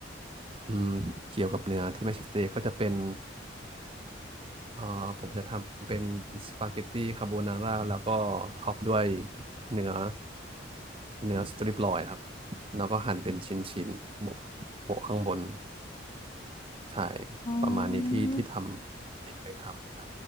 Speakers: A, on the right; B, on the left.
A: อืมเกี่ยวกับเนื้อที่ไม่ใชสเต็กก็จะเป็น เอ่อผมจะทำเป็นสปาเกตตี้คาโบนาร่าแล้วก็ท็อปด้วยเนื้อเนื้อสตริปลอยครับแล้วก็หั่นเป็นชิ้นๆโบกโบกข้างบนใช่
B: อ๋อ
A: ประมาณนี้ที่ที่ทำที่เคยทำใช่